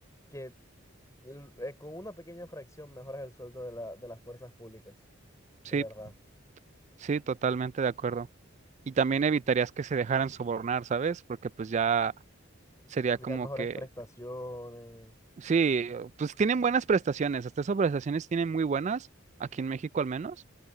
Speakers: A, on the left; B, on the right.
A: que l- eh, con una pequeña fracción mejoras el sueldo de la, de las fuerzas públicas,
B: Sí,
A: de verdad.
B: sí, totalmente de acuerdo. Y también evitarías que se dejaran sobornar, ¿sabes? Porque pues ya sería
A: Tendrían
B: como
A: mejores
B: que
A: prestaciones.
B: Sí, pues tienen buenas prestaciones, hasta esas prestaciones tienen muy buenas, aquí en México al menos.